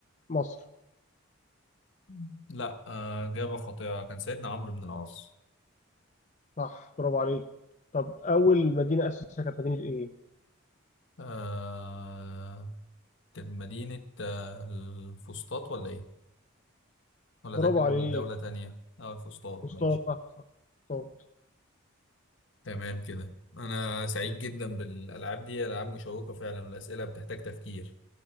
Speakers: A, on the left (about 35°); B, on the left (about 55°).
A: مصر
B: مم. لا آه، إجابة خاطئة كان سيدنا عمرو بن العاص
A: صح برافو عليك طب اول مدينه اسسها كانت مدينه ايه
B: آه، كانت مدينة آه، الفسطاط ولا إيه؟ ولا
A: برافو
B: ده كان
A: عليك
B: دولة تانية؟ أه الفسطاط
A: مصطفى
B: ماشي
A: صح صح صح.
B: تمام كده انا سعيد جدا بالالعاب دي العاب مشوقه فعلا الاسئله بتحتاج تفكير